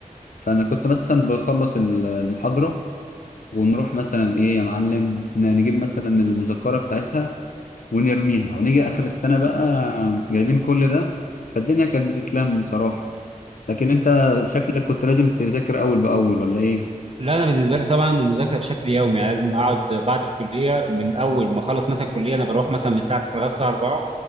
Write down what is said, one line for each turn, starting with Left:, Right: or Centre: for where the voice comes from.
Left: فانا كنت مثلا بخلص ال- المحاضره ونروح مثلا ايه يا معلم ن- نجيب مثلا المذكره بتاعتها ونرميها ونيجي اخر السنه بقى جايبين كل ده فالدنيا كانت بتتلم بصراحه لكن انت شكلك كنت لازم تذاكر اول باول ولا ايه
Right: لا انا بالنسبه لي طبعا المذاكره بشكل يومي يعني لازم اقعد بعد الكليه من اول ما اخلص مثلا الكليه انا بروح مثلا من الساعه 9 لغايه الساعه 4